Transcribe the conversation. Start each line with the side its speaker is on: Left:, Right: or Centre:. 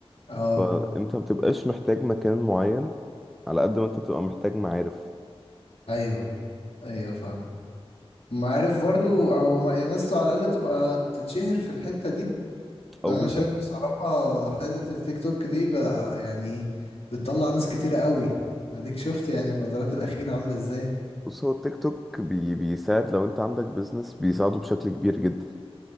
Left: اه
Centre: فانت مبتبقاش محتاج مكان معين على قد ما انت بتبقى محتاج معارف
Left: ايوه ايوه فاهم ما عارف برضو او ما يعني ناس على الاقل تبقى تتشهر في الحتة دي
Centre: او
Left: فانا
Centre: بالظبط
Left: شايف بصراحة حتة التيك توك دي بقى يعني بتطلع ناس كتيرة قوي واديك شفت يعني الفترات الأخيرة عاملة ازاي
Centre: بص هو التيك توك بي بيساعد لو انت عندك بيزنس بيساعده بشكل كبير جدا